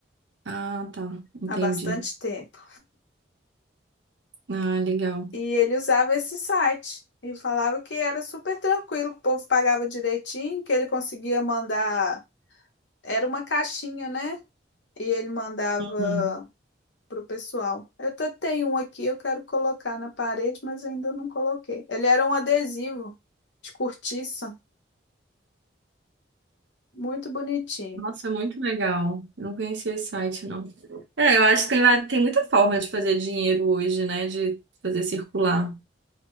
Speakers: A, on the right (about 80°); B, on the left (about 75°).
A: Ah, tá. Entendi.
B: há bastante tempo.
A: Ah, legal.
B: E ele usava esse site e falava que era super tranquilo, que o povo pagava direitinho, que ele conseguia mandar. Era uma caixinha, né? E ele mandava
A: Uhum.
B: pro pessoal. Eu até tenho um aqui, eu quero colocar na parede, mas ainda não coloquei. Ele era um adesivo de cortiça, muito bonitinho.
A: Nossa, muito legal. Eu Não conhecia esse site, não. É, eu acho que tem, va- tem muita forma de fazer dinheiro hoje, né? De fazer circular.